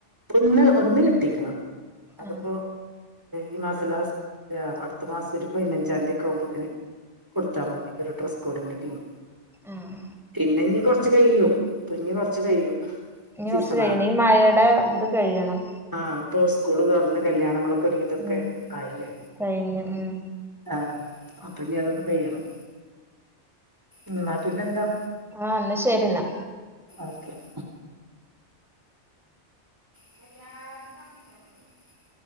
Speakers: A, on the right; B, in the centre.
A: ഒന്ന് ഒന്ന് കിട്ടീക്കണം അതും
B: ആഹ്
A: ഈ മാസം ലാസ്റ്റ് അടുത്ത മാസം ഒരു പതിനഞ്ചാം ന്തിയൊക്കെ ആവുമ്പോത്തിന് കൊടുത്താ മതി ഒരു ഡ്രസ്സ് കോഡിന്റെ ടീം
B: ആഹ്
A: പിന്നെ ഇനി കൊർച്ച് കഴിയും പിന്നെ കൊർച്ച് കഴിയും.
B: ഇനി
A: സീസണാ
B: കൊറച്ച് കഴിയണം ഈ മഴയുടെ ഇത് കഴിയണം.
A: ആ ഇപ്പൊ സ്കൂള് തുറന്ന് കല്യാണങ്ങളൊക്കെ ഒരു വിധോക്കെ
B: ഉം
A: ആയില്ലേ
B: കഴിഞ്ഞു ഉം
A: ആ അപ്പൊ ഇനി അതൊക്കെ കയ്യണം എന്നാ പിന്നെ എന്താ
B: ആ എന്നാ ശരി എന്നാ
A: ഓക്കെ <unintelligible>